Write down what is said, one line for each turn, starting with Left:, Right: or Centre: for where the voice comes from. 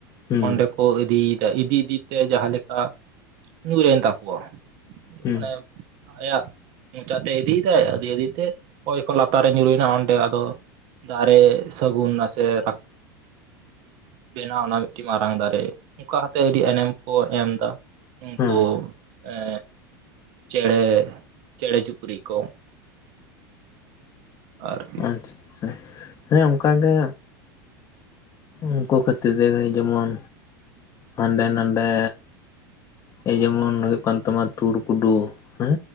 Left: ᱦᱩᱸ
Right: ᱚᱸᱰᱮ ᱠᱚ ᱤᱫᱤᱭᱮᱫᱟ ᱤᱫᱤ ᱤᱫᱤᱛᱮ ᱡᱟᱦᱟᱸ ᱞᱮᱠᱟ ᱧᱩᱨᱮᱱ ᱛᱟᱠᱚᱣᱟ
Left: ᱦᱩᱸ
Right: ᱢᱟᱱᱮ ᱟᱭᱟᱜ ᱢᱚᱪᱟᱛᱮ ᱤᱫᱤᱭᱮᱫᱟᱭ ᱤᱫᱤ ᱤᱫᱤᱭᱛᱮ ᱚᱠᱚᱭ ᱠᱚ ᱞᱟᱛᱟᱨᱮ ᱧᱩᱨᱩᱭᱮᱱᱟ ᱚᱸᱰᱮ ᱟᱫᱚ ᱫᱟᱨᱮ ᱥᱟᱹᱜᱩᱱ ᱱᱟᱥᱮ ᱨᱟ ᱵᱮᱱᱟᱣᱱᱟ ᱢᱤᱫᱴᱤᱡ ᱢᱟᱨᱟᱝ ᱫᱟᱨᱮ ᱚᱱᱠᱟ ᱠᱟᱛᱮ ᱟᱹᱰᱤ ᱮᱱᱮᱢ ᱠᱚ ᱮᱢᱫᱟ ᱩᱱᱠᱩ
Left: ᱦᱩᱸ
Right: ᱮ ᱪᱮᱬᱮ ᱪᱮᱲᱮ ᱪᱩᱯᱩᱨᱤᱡ ᱠᱚ ᱟᱨᱠᱤ
Left: ᱟᱪᱪᱷᱟ ᱟᱪᱷᱟ ᱦᱮᱸ ᱚᱱᱠᱟ ᱜᱮ ᱩᱱᱠᱩ ᱠᱷᱟᱹᱛᱤᱨ ᱛᱮᱜᱮ ᱡᱮᱢᱚᱱ ᱦᱟᱸᱰᱮ ᱱᱟᱰᱮ ᱮᱭ ᱡᱮᱢᱚᱱ ᱦᱩᱭᱩᱜ ᱠᱟᱱ ᱛᱟᱢᱟ ᱛᱩᱲ ᱠᱩᱰᱩ ᱦᱮᱸ